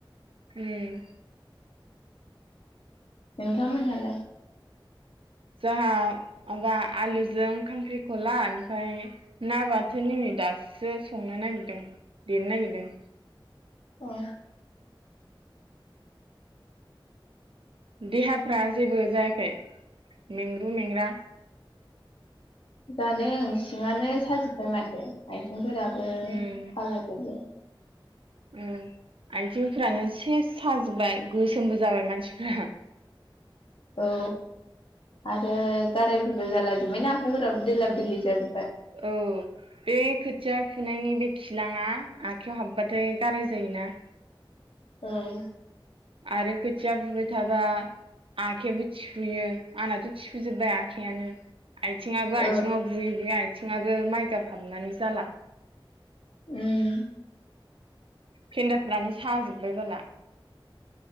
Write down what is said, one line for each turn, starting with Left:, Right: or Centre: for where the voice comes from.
Right: उम
Left: नोंथांमोनहालाय
Right: जोंहा माबा आलुजों खांख्रिखला ओमफ्राय ना बाथो निमिट दासो संनो नागिरदों देरनो नागिरदों।
Left: अ
Right: देहाफ्रा जेबो जायाखै मेंग्रु मेंग्रा
Left: जादों सिङानो साजोब्बाय माथो आथिंफोराबो
Right: उम
Left: साजाजोबो।
Right: औ आथिंफ्रानो से साजोबबाय गोसोमबो जाबाय मानसिफ्रा। <unintelligible>
Left: औ आरो गारायफोरबो जालाजोब्बायना आखाइफोराबो दोलाब दोलि जाजोब्बाय
Right: औ बे खोथिया फुनायनि बे खिलाङा आखायाव हाबबाथाय गाराय जायोना <inaudible>
Left: औ
Right: आरो खोथिया फुबाय थाबा आखाइयाबो थिफुयो आंनाथ' थिफुजोबबाय आखाइयानो आथिङाबो आथिङाव
Left: औ
Right: बुयै बुयै आथिङाबो माइगाब हाफनानै जाला
Left: उम
Right: फिन्दाफ्रानो साजोब्बाय बाला